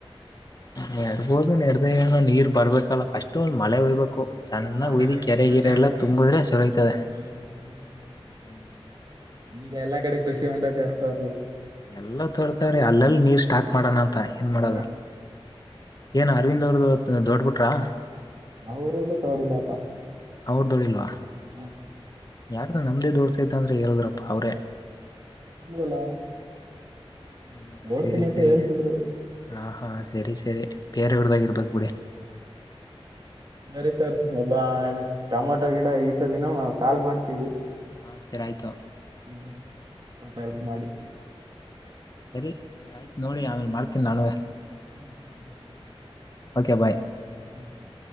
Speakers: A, on the left; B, on the right.
A: ನೆಡ್ಬೋದು ನೆಡ್ದ ಏನೋ ನೀರ್ ಬರ್ಬೇಕಲ್ಲ ಫಸ್ಟ್ ಒಂದು ಮಳೆ ಹೊಯ್ಬೇಕು ಚೆನ್ನಾಗ
B: ಮಳೆ
A: ಉಯ್ದಿ
B: ಹೋಗ್ಬೇಕು
A: ಕೆರೆಗಿರೆ
B: ಅದೇ
A: ಎಲ್ಲ ತುಂಬುದ್ರೆ ಸರಿಹೊಯ್ತದೆ
B: ಹ್ಮ್
A: ಹ್ಮ್
B: ಈಗ ಎಲ್ಲಾ ಕಡೆ ಕೃಷಿ ಹೊಂಡ ಅರ್ಸವ್ರಲ್ಲ
A: ಎಲ್ಲ ತೋರ್ತೇವ್ರೀ ಅಲ್ಲೆಲ್ಲಿ ನೀರ ಸ್ಟಾಕ್ ಮಾಡೋಣಂತ ಮತ್ತ ಏನ್
B: ಹಾ
A: ಮಾಡೋದ ಏನ್ ಅರವಿಂದ್ ಅವದ್ದ ದೊಡ್ಡ <unintelligible>
B: ಅವ ಊರು ಇಲ್ಲ ತೋಡಿಲಪ್ಪ
A: ಅವ್ರ ದೊಡಿಲ್ವಾ
B: ಹ ಹ್ಮ
A: ಯಾರ್ದು ನಮ್ದ ದೋಡ್ತದ ಅಂದ್ರೆ ಹೇಳುದ್ರಪ್ಪ ಅವ್ರೆ
B: <unintelligible>
A: ಹ್ಮ್
B: ಓಡ್ತೀನಿ
A: ಸರಿ
B: ಅಂತ
A: ಸರಿ
B: ಹೇಳ್ತಿದ್ರು.
A: ಹಾ ಹಾಂ ಸರಿ ಸರಿ ಬೇರೆವ್ರ್ದಾಗಿರ್ಬೇಕ ಬಿಡಿ
B: ಅರಿ ಸರ್ ಒಬ್ಬಾ ಟೊಮಾಟೊ ಗಿಡ ಈಸ ದಿನ ಕಾಲ್ ಮಾಡ್ತೀವಿ
A: ಹಾ ಸರಿ ಆಯ್ತು
B: ಹ್ಮ್ ಸ್ವಲ್ಪ ಹೆಲ್ಪ್ ಮಾಡಿ
A: ಸರಿ ಸರಿ ಆಯ್ತು ನೋಡಿ ಆಮೇಲೆ ಮಾಡ್ತೀನಿ ನಾನುವೇ
B: <unintelligible>
A: ಓಕೆ ಬಾಯ್
B: ಹ್ಮ್ ಹ್ಮ